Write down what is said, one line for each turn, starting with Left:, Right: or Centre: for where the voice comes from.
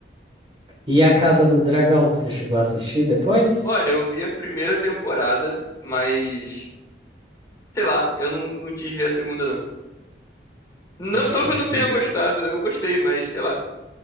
Right: E a Casa do Dragão, você chegou a assistir depois?
Left: Olha, eu vi a primeira temporada, mas sei lá, eu não, não quis ver a segunda, não. Não,
Right: Acho,
Left: não que
Right: acho
Left: eu não
Right: que
Left: tenha gostado, eu gostei, mas sei lá.